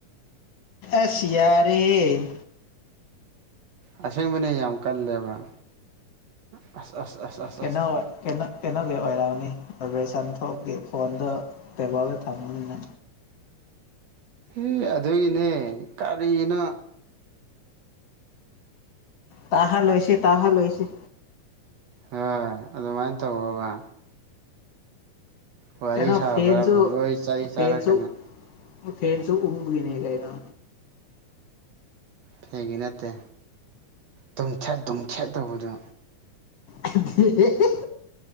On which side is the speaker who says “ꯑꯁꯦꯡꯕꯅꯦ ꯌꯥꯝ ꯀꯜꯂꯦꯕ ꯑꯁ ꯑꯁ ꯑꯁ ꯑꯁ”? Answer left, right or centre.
Right